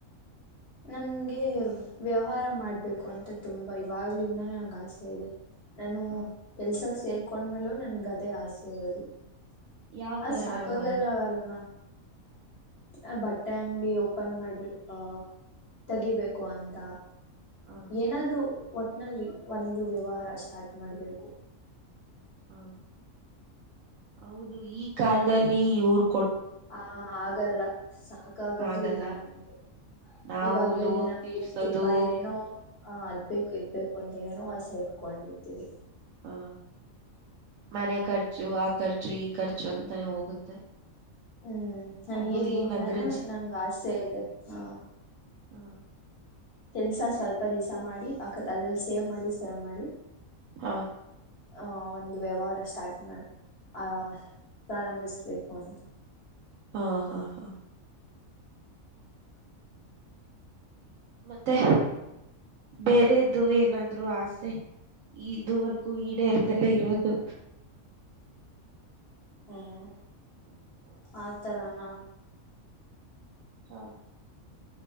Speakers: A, on the left; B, on the right.
A: ನಂಗೆ ವ್ಯವಹಾರ ಮಾಡ್ಬೇಕು ಅಂತ ತುಂಬಾ ಇವಾಗ್ಲಿಂದಾನೇ ನಂಗೆ ಆಸೆ ಇದೆ ನಾನು
B: ಹ
A: ಕೆಲ್ಸಕ್ ಸೇರ್ ಕಕೊಂಡ್ಮೇಲೂ ನನ್ ಗದೆ ಆಸೆ ಇರೋದು
B: ಯಾವ
A: ಅದ್
B: ತರ
A: ಸಾಕಾಗಲ್ಲ
B: ವ್ಯವಹಾರ
A: ಅಲ್ವಾ ಅ ಬಟ್ಟೆಂಗಿ ಓಪನ್ ಮಾಡ್ಬೇಕ ಅಹ ತಗಿಬೇಕು ಅಂತ
B: ಹ
A: ಏನಾದ್ರೂ ಒಟ್ಲ್ಲಿ ಒಂದು ವ್ಯವಹಾರ ಸ್ಟಾರ್ಟ್ ಮಾಡಬೇಕು
B: ಹಾ ಹೌದು ಈ ಕಾಲದಲ್ಲಿ ಇವರು
A: ಹ ಆಗಲ್ಲ ಸಾಕಾಗದು
B: ಆಗಲ್ಲ
A: ಇಲ್ಲ ನಮ್ಗೆ
B: ನಾವು
A: ಇವಾಗ ಬೇರೆ
B: ಲೋನ್
A: ನಮ್ಗೆ
B: ತೀರ್ಸೋದು
A: ತುಂಬಾ ಏನೇನೋ ಆ ಅದ್ಬೇಕು ಇದ್ಬೇಕು ಕೊಂಡ ನೇನೋ ಆ ಸ ಇಟ್ಕೊಂಡಿರ್ತೀರಿ
B: ಆ ಮನೆ ಕರ್ಚು ಆ ಖರ್ಚು ಈ ಖರ್ಚು ಅಂತಾನೆ ಹೋಗುತ್ತೆ.
A: ಹ್ಮ್ ನಾನ
B: ಅದು
A: ಈಗ್ಲಿಂದನೂ
B: ಈ ನಗರ
A: ನಂ ಆಸೆ ಇದೆ. ಹಾ.
B: ಹಾ.
A: ಕೆಲ್ಸ ಸ್ವಲ್ಪ ದಿವ್ಸ ಮಾಡಿ ಹಾಕದ್ ಅಲ್ಲೆಲ್ ಸೇವ್ ಮಾಡಿ ಸೇವ್ ಮಾಡಿ.
B: ಹಾ.
A: ಆ ಒಂದು ವ್ಯವಹಾರ ಸ್ಟಾರ್ಟ್. ಮ ಆ. ಪ್ರಾರಂಭಿಸ್ಬೇಕು ಅಂತ.
B: ಹಾ ಹಾ ಹಾ. ಮತ್ತೆ ಬೇರೇದು ಏನಾದ್ರು ಆಸೆ ಇದುವರ್ಗೂ ಈಡೇರಿದಲ್ಲೇ ಇರೋದು.
A: ಹ್ಮ್ ಆ ತರಾನ.
B: ಹಾ.